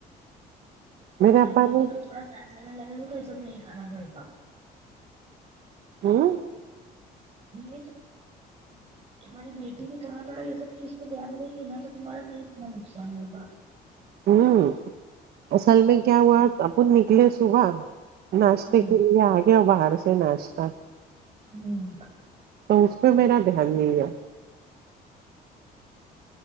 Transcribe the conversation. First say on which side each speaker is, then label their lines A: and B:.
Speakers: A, on the right (about 65°); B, on the right (about 30°).
A: میرے
B: ہماری
A: ابا
B: بیٹی
A: نے
B: تو تھوڑا دان دنے لگے گی تو یہ سب نہیں خراب ہوا
A: ہوں
B: مے تو تمہاری بیٹی بھی تھوڑا تھوڑا یہ سب چیز پہ دھیان دے گیا تو تمہارا نہیں اتنا نقصان ہوگ
A: ہوں اصل میں کیا ہوا اب نکلے صبح ناشتے
B: ہوں
A: کے لیے آ گیا باہر سے ناشتہ
B: ہوں
A: تو اس پہ میرا دھیان نہیں ہےیا